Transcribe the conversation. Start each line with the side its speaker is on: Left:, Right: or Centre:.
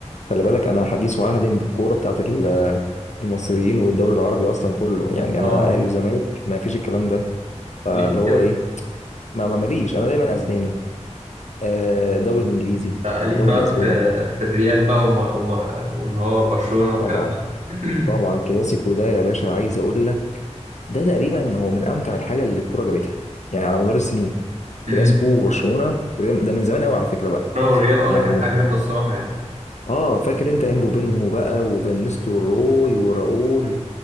Left: خلي بالك انا حديث وعهد بالكوره بتاعت ال- المصريين والدوري العربي اصلا كله يعني
Right: اه
Left: انا اهلي وزمالك ما فيش الكلام ده فاللي
Right: ليك
Left: هو
Right: كده
Left: ايه ما ما ماليش انا دايما اسباني آه، دوري الانجليزي
Right: ليك
Left: دوري
Right: بقى
Left: الاسباني
Right: في في الريال بقى وما وما واللي هو برشلونة والكلام
Left: طبعا
Right: ده <clears throat>
Left: طبعا كلاسيكو ده يا باشا عايز اقول لك ده تقريبا هو من امتع الحاجه اللي الكوره جابتها يعني على مدار السنين
Right: امم
Left: كلاسيكو وبرشلونه وريال- ده من زمان قوي على فكره بقى
Right: برشلونة والريال اه
Left: يعني
Right: ده كان حاجة جامدة الصراحة يعني
Left: اه فاكر انت ايام روبينهو بقى وفانيستو روي وراؤول